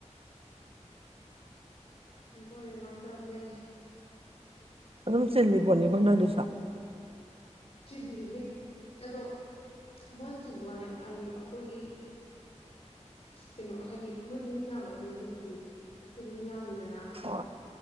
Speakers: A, on the left (about 55°); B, on the right (about 50°).
A: ꯄꯨ ꯃꯥ ꯇꯧꯔ ꯂꯩ
B: ꯑꯗꯨ ꯑꯗꯨꯝ ꯁꯤꯜꯂꯤ ꯄꯣꯅꯤ ꯀꯅ ꯁꯥ
A: ꯆꯤꯜꯂꯤꯍꯦ ꯑꯗꯣ ꯃꯣꯏ ꯆꯤꯟꯕ ꯋꯥꯅꯦ ꯍꯥꯏꯗꯤ ꯑꯩꯈꯣꯏꯒꯤ ꯀꯩꯅꯣ ꯍꯥꯏꯗꯤ ꯃꯣꯏꯗꯤ ꯃꯤ ꯌꯥꯝꯕꯩꯅꯦ ꯑꯗꯨꯕꯨꯗꯤ ꯑꯩꯈꯣꯏꯗꯤ ꯃꯤ ꯌꯥꯝꯗꯦꯗꯅ
B: ꯍꯣꯏ